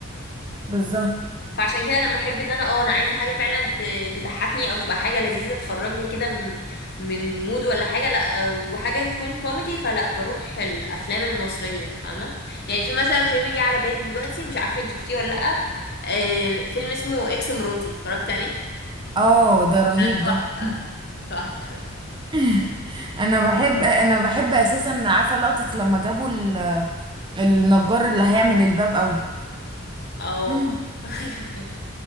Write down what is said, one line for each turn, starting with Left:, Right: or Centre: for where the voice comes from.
Right: بالظبط
Left: فعشان كده لما احب ان انا اه انا عايزه حاجه فعلا ت- تضحكني او تبقى حاجه لذيذه تخرجني كده م- من مود ولا حاجه لا وحاجه تكون كوميدي فلا بروح الافلام المصريه فاهمه يعني في مثلا فيلم جه على بالي دلوقتي مش عارفه انت شفتيه ولا لا آه فيلم اسمه اكس مراتي اتفرجت عليه
Right: اه ده رهيب
Left: ده تحفه
Right: ده
Left: تحفه
Right: <laughs> انا بحب انا بحب اساسا عارفه لقطه لما جابوا ال- النجار اللي هيعمل الباب قوي
Left: اه
Right: مم.
Left: <laughs> ايوه